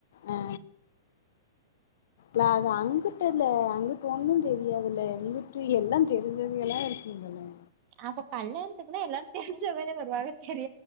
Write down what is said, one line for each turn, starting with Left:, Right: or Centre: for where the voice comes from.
Left: ஆ ல அது அங்குட்டுல அங்குட்டு ஒன்னு தெரியாதுல்ல இங்குட்டு எல்லா தெரிஞ்சவங்களா இருக்குங்கல
Right: அப்ப கல்யாணத்துக்குன்னா எல்லாரு தெரிஞ்சவதெ வருவாஹ தெரி